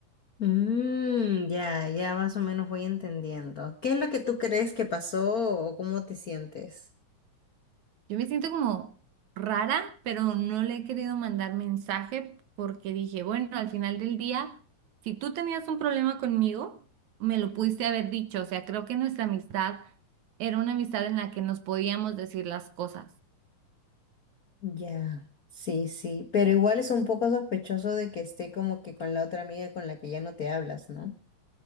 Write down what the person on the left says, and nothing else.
Mm, ya, ya más o menos voy entendiendo. ¿Qué es lo que tú crees que pasó o cómo te sientes?
Ya, sí, sí, pero igual es un poco sospechoso de que esté como que con la otra amiga con la que ya no te hablas, ¿no?